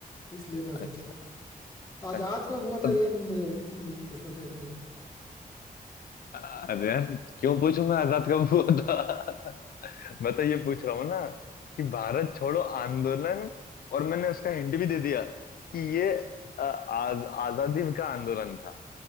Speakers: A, on the left; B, on the left.
A: इसलिए मैं
B: अच्छा
A: सोचा आजाद
B: अच्छा
A: कब हुआ था
B: अब-
A: ये मुझे हम्म, पूछना चाहिए था तुम्हें
B: अरे यार क्यों पूछूं मैं आजाद कब हुआ था मैं तो ये पूछ रहा हूँ ना कि भारत छोड़ो आंदोलन और मैंने उसका हिंट भी दे दिया कि ये अ, आज आजादी का आंदोलन था